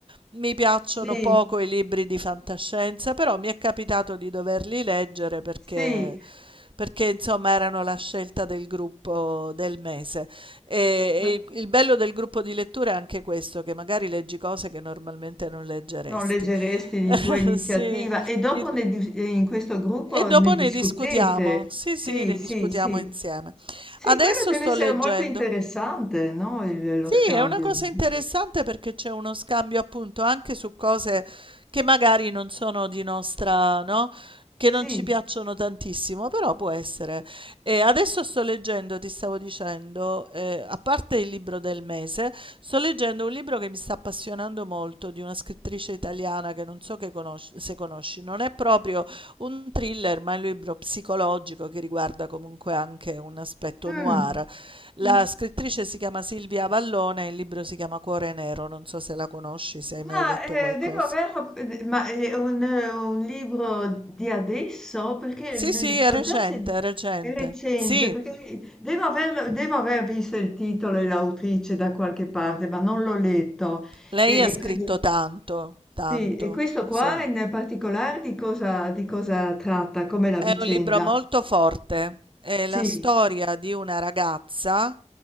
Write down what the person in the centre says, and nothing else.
sì, sì,
sì,
ma
non leggeresti di
tua iniziativa
e dopo
ne dis ehm, in questo gruppo
ne discutete.
Sì,
sì,
sì.
Sì,
quello deve
essere
molto interessante, no, il lo
scambio
di
di
sì,
mh,
mh.
Ma
eh,
devo averlo, eh, ma è un, eh, un libro di adesso? Perché
ne-
l'ho
già sentito,
è recente,
perché devo averlo- devo aver visto il titolo e l'autrice da qualche parte, ma non l'ho letto.
E,
e quindi-
sì, e questo qua
in particolare di cosa, di cosa tratta, come la
vicenda?
Sì,